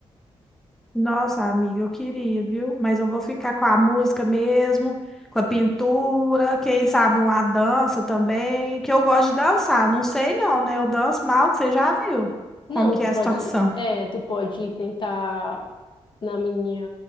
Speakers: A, in the centre; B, on the left.
A: Nossa, amiga, eu queria, viu? Mas eu vou ficar com a música mesmo, com a pintura, quem sabe uma dança também, que eu gosto de dançar. Não sei não, né? Eu danço mal, que você já viu
B: Não,
A: como que
B: tu
A: é
B: pode,
A: a situação.
B: é, tu pode tentar na minha.